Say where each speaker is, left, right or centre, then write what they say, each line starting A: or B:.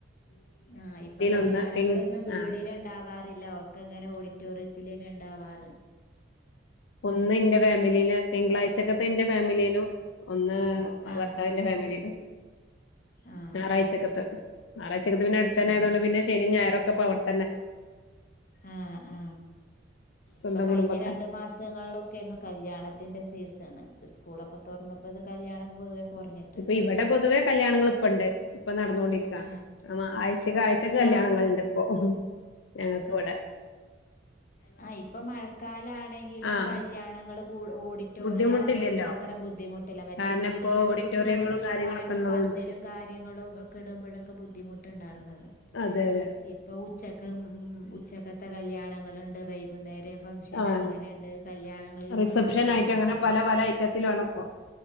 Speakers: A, on the left (about 50°); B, on the left (about 80°).
A: ആ ഇപ്പൊ കല്യാണങ്ങളൊന്നും
B: ഒന്ന് തിങ്
A: വീട്ടിൽ
B: ആഹ്
A: ഉണ്ടാവാറില്ല ഒക്കെ ഓഡിറ്റോറിയത്തിൽ ഉണ്ടാവാറ്
B: ഒന്ന് എന്റെ ഫാമിലില് തിങ്കളാഴ്ചഒക്കെ ന്റെ ഫാമിലിലും ഒന്ന്
A: ആ
B: ഭർത്താവിന്റെ ഫാമിലിലും
A: ആ
B: ഞായാറാഴ്ഛകാതെ ഞായറാഴ്ചകാതെ പിന്നെ അടുത്തനെന്
A: ഉം
B: ആയതുകൊണ്ട് ശനി ഞായാറും ഒക്കെ ഇപ്പോ അവിടെതന്നെ
A: ആ ആ
B: സ്വന്തം
A: ഇപ്പ കഴിഞ്ഞ
B: കുടുംബക്കാരാ
A: രണ്ട് മാസങ്ങൾളും ക്കർന്ന് കല്യാണത്തിന്റെ സീസൺ ഇതാണ് സ്കൂളൊക്കെ തുറന്നപ്പോ ഇത് കല്യാണം ഒക്കെ പൊതുവെ കുറഞ്ഞിട്ടുണ്ട്
B: ഇപ്പ ഇവിടെ പൊതുവെ കല്യാണങ്ങള് ഇപ്പഇണ്ട് ഇപ്പ നടന്നോണ്ടിരിക്കാ
A: ആഹ്
B: മ ആഴ്ചക്ക്
A: അതെ
B: ആഴ്ചക്ക് കല്യാണങ്ങൾ ഇണ്ട് ഒ ഞങ്ങക്കിവിടെ
A: ആ ഇപ്പം മഴക്കാലംആണെങ്കിലും
B: ആഹ്
A: കല്യാണങ്ങള് കൂ ഓഡിറ്റോറിയം
B: ബുദ്ധിമുട്ടില്ലല്ലോ
A: ആവുമ്പോ പിന്നെ അത്ര ബുദ്ധിമുട്ട് ഇല്ല മറ്റേ
B: കാരണം
A: വീടുകളിൽ
B: ഇപ്പോ ഓഡിറ്റോറിയങ്ങളും
A: വെ ക്കുമ്പോളായിരുന്നു
B: കാര്യങ്ങളൊക്കെ ഉള്ളതുകൊണ്ട്
A: പന്തലും കാര്യങ്ങളും ഒക്കെ ഇടുമ്പോക്കെ ബുദ്ധിമുട്ട് ട്ടുണ്ടായിരുന്നത് ഇരുന്നത്
B: അതെ അതെ
A: ഇപ്പോ ഉച്ചക്ക് ത് മ് ഉച്ചക്കത്തെ കല്യാണങ്ങൾ ണ്ട് വൈകുന്നേരം ഫംഗ്ഷൻ
B: ആഹ്
A: അങ്ങനെ ആണ്ട് കല്യാണങ്ങളിലൊക്കെ
B: റിസപ്ഷൻ
A: മാറ്റം
B: ആയിട്ട്
A: വന്നല്ലോ
B: അങ്ങനെ പല പല ഐറ്റത്തിലാണ് ഇപ്പൊ